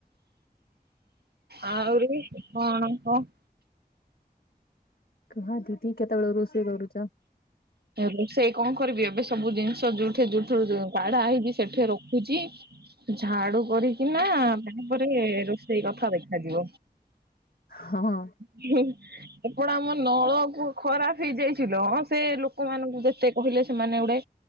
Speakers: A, on the right; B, on the left.
A: ଆହୁରି କଣ କହ?
B: କୁହ ଦିଦି କେତେବେଳେ ରୋଷେଇ କରୁଛ?
A: ରୋଷେଇ କଣ କରିବି ଏବେ ସବୁ ଜିନିଷ ଯୋଉଠି ଯୋଉଠୁ କଢା ହେଇଛି ସେଠି ରଖୁଛି। ଝାଡୁ କରି କି ନା ତାପରେ ରୋଷେଇ କଥା ଦେଖାଯିବ।
B: ହଁ
A: ସେପଟ ଆମ ନଳକୁପ୍ ଖରାପ ହେଇଯାଇଚି ଲ ସେ ଲ ଲୋକ ମାନଙ୍କୁ ଯେତେ କହିଲେ ସେମାନେ ଗୋଟେ